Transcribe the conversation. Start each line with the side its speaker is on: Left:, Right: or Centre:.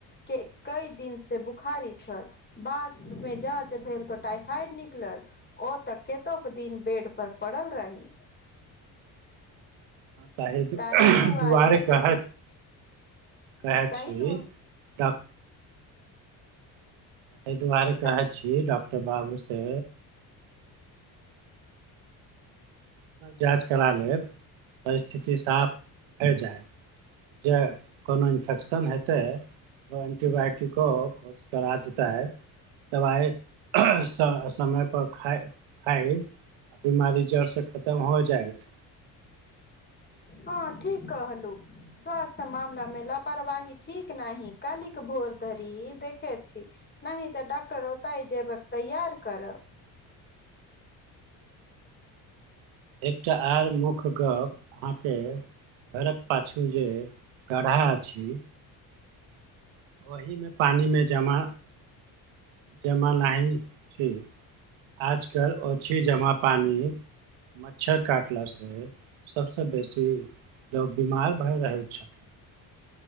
Left: के कई दिन से बुखारी छल बाद मे जाँच भेल तऽ टाइफाइड निकलल। ओ तऽ केतो के दिन बेड पर पड़ल रही।
Right: ताहे
Left: ताहि
Right: दुआरे कह
Left: कहैत छी
Right: कहै
Left: ताहि
Right: छी
Left: दुआ
Right: डॉ एहि दुआरे कहै
Left: त
Right: छी डॉक्टर बाबू से जाँच करा लेब तऽ स्थिति साफ होइ जायत। जे कोनो इन्फेक्शन हेतै? त एन्टीबायोटिको कोर्स करा देतै। दबाइ समयपर खाइ खाइ बीमारी जड़ से खतम हो जायत।
Left: हँ ठीक कहँलु। स्वास्थ्य मामला मे लापरवाही ठीक नहि, कालिक भोर धरी देखे छी नहि तऽ डॉक्टर ओत ह जेबक तैयार करब।
Right: एकटा आओर मुख्य गप अहाँके घरक पाछू जे गढ़ा अछि ओहि मे पानी मे जमा जमा नइन छी। आजकल ओ छी जमा पानी मच्छर काटला से सबसे बेसी लोग बीमार भर रह छै।